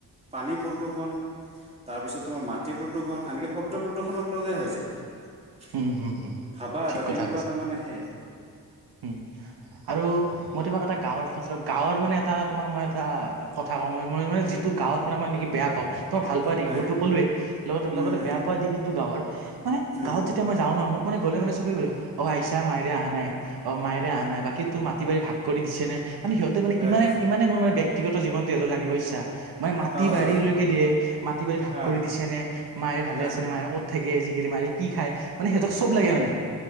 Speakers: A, on the right; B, on the right.
A: পানী প্ৰদূৰষণ। তাৰপিছত তোমাৰ মাটি প্ৰদূ্ষণ, আনকি শব্দ প্ৰদূষণক লৈয়ে হৈ যায়।
B: উম উম উম,
A: ভাবা এটা,
B: ঠিক কথা
A: কেনেকুৱা
B: কৈছা
A: এটা মানে সেই
B: উম, আৰু মই তোমাক এটা গাঁৱৰ গাঁৱৰ মানে এটা তোমাৰ মই এটা, কথা কওঁ মই, মই মানে যিটো গাঁৱত মানে, মই নেকি বেয়া পাওঁ। মই ভাল পোৱা দিশ
A: হয়
B: বোৰতো ক'লোৱে, লগতে
A: উম
B: লগতে
A: উম
B: বেয়া পোৱা দিশ সেইটো, গাঁৱৰ মানে
A: উম
B: গাঁৱত যে তিয়া মই যাওঁ ন, মোক মানে গ'লে মানে চবে সুধে অ, আহিছা মাইৰে অহা নাই? অ, মায়ৰে অহা নাই বাকী তোৰ মাটি-বাৰী ভাগ কৰি দিছে নে, মানে সিহঁতে মানে,
A: হয়
B: ইমান ইমানেই মোৰ মানে ব্যক্তি ব্যক্তিগত জীৱনটো সিহঁতৰ জানিব ইচ্ছা। মানে মাটি-বাৰীলৈকে
A: অ অ
B: দিয়ে, মাটি বাৰী ভাগ
A: অ
B: কৰি দিছেনে, মায়েৰে ভালে
A: অ
B: আছেনে, মায়েৰে ক'ত থাকে, আজি-কালি মাইৰে কি খায়, মানে সিহঁতক চব লাগে মানে